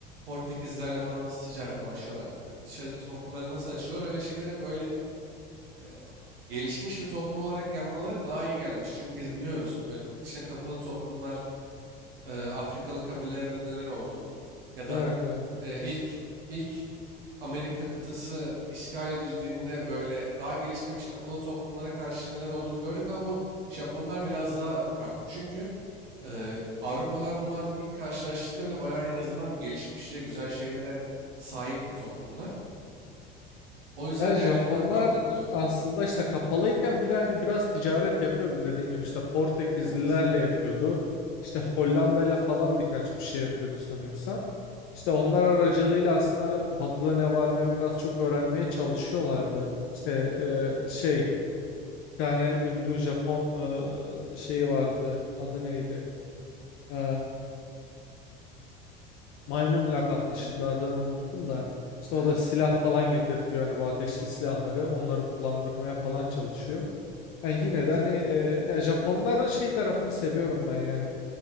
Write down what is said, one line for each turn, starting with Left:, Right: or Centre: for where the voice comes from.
Right: Portekizlerle falan nasıl ticarete başlıyorlar, e, dışarı toplumları nasıl açılıyor öyle şeylere böyle e, gelişmiş bir toplum olarak yanmaları daha iyi gelmiş. Çünkü biz biliyoruz böyle içine kapalı toplumlar e, Afrikalı kabilelerle neler oldu? Ya
Left: Evet
Right: da
Left: evet.
Right: e, ilk ilk Amerika kıtası işgal edildiğinde böyle daha gelişmemiş kapalı toplumlara karşı neler olduğunu gördük ama bu Japonlar biraz daha farklı. Çünkü e, Avrupalılar bunlar ilk karşılaştığında bile bayağı en azından bir gelişmişçe güzel şeylere sahip bir toplumlar. O yüzden
Left: Yani Japonlar
Right: diğerlerinden farklı kılıyor onu.
Left: aslında işte kapalıyken bile hani biraz ticaret yapıyordu dediğin gibi işte Portekizlilerle
Right: Evet,
Left: yapıyordu. İşte Hollanda'yla falan birkaç bir şey yapıyordu sanıyorsam. İşte onlar
Right: aynen.
Left: aracılığıyla aslında Batı'da ne var ne yok az çok öğrenmeye çalışıyorlardı. İşte e, şey bir tane ünlü Japon e, şeyi vardı. Adı neydi? Ee, maymun lakaplı
Right: Bil-
Left: şimdi adını unuttum da işte
Right: evet,
Left: o da silah falan getirtiyor yani bu ateşli silahları onları kullandırmaya falan çalışıyor. Yani
Right: evet.
Left: yine de hani e, yani Japonların şey tarafını seviyorum ben yani